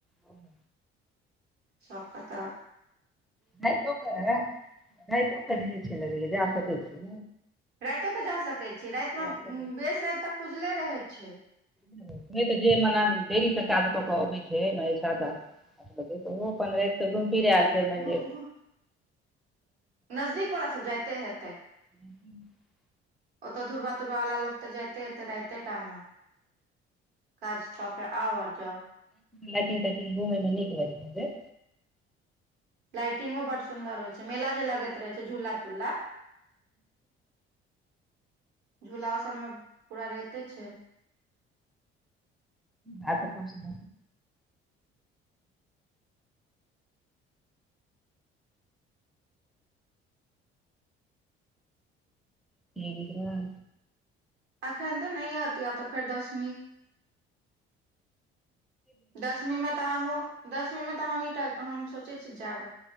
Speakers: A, in the centre; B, on the right.
A: ओ <inaudible>
B: सब कतऽ
A: <unintelligible> जा सकै छी
B: रातिओ क जा सकैत छी रातिमे
A: जा सकै छी
B: बेस राति तक खुजले रहै छै
A: नहि तऽ जे मना देरी से काज कऽ के अबैत छै ने एहि सात आठ देख ओहो अपन रात कऽ घुम फिर आयल फेर मानि
B: घुम
A: ले
B: घु नजदीक वाला सब जाइते हेतै
A: <inaudible>
B: ओतऽ दूरबा तूरबा वाल लोकोगऽ जायते राइते टाइम मे काज कके आउ आर जाउ
A: ल त घुमय मे नीक लगैत ह
B: लाइटिंगो बड्ड सुन्दर होइ छै मेला जे लगैत रहे छै झूला तूला झूला उसबमे पूरा रहिते छै
A: ह <inaudible> आ तऽ सु <unintelligible> बुदरा <unintelligible>
B: अखन तऽ नहि होती आब तऽ फेर दसवीं दसमी मे तऽ हमहूँ दसवीं मे तऽ हमहींटा हम सोचै छी जायब